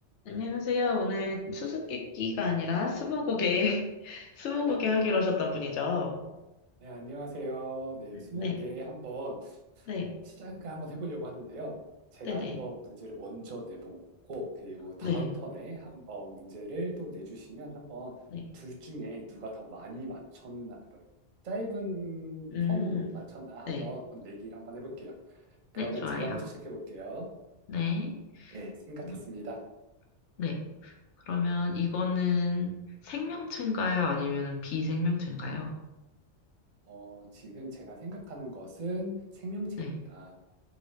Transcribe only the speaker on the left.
안녕하세요. 오늘 수수께끼가 아니라 스무고개, <laughs> 스무고개 하기로
하셨던 분이죠?
네,
네,
네 네,
네,
네.
네.
음,
네,
네, 좋아요.
네,
음, 네. 그러면 이거는 생명체인가요? 아니면 비생명체인가요?
네,